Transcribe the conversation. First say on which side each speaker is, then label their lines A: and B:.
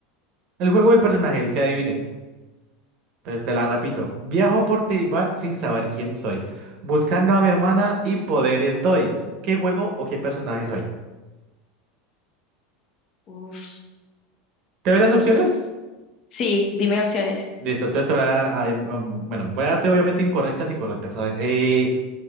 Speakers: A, on the right; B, on the left.
A: El juego del personaje, el que adivines. Entonces te la repito. Viajo por Tibat sin saber quién soy. Buscando a mi hermana y poderes doy. ¿Qué juego o qué personaje soy?
B: Uf.
A: ¿Te doy las opciones?
B: Sí, dime opciones.
A: Listo, entonces te voy a, a- em, um, bueno, voy a darte obviamente incorrectas y correctas. A ver, eh,